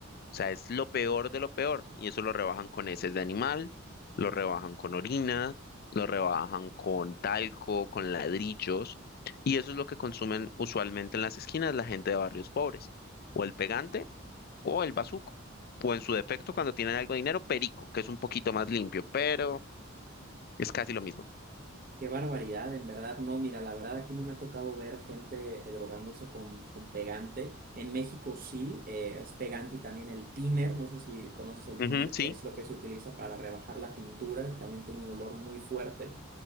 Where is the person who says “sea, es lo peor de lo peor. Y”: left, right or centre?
Left